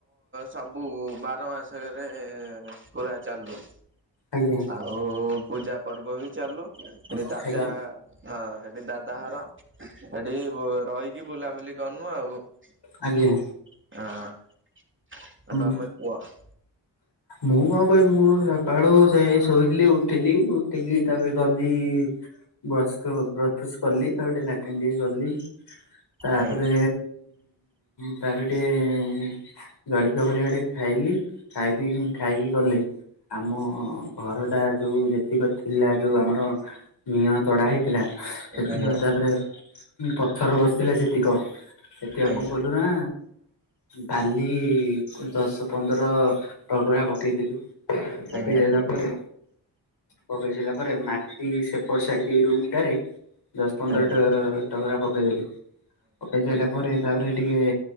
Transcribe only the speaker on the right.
ସବୁ ବାର ମାସରେ ପୁରା ଚାଲୁ।
ଆଉ ପୂଜା ପର୍ବ ବି ଚାଲୁ ସେଠି
ଦାଦା ହଁ ସେଠି ଦାଦା ଘର ସେଠି ରହିକି ବୁଲାବୁଲି କରନୁ ଆଉ ହଁ।
ଆ
ତମେ କୁହ?
ଆଜ୍ଞା
ଆଜ୍ଞା
ଆଜ୍ଞା ଆଜ୍ଞା
ଆଜ୍ଞା
ଆଜ୍ଞା
ଆଜ୍ଞା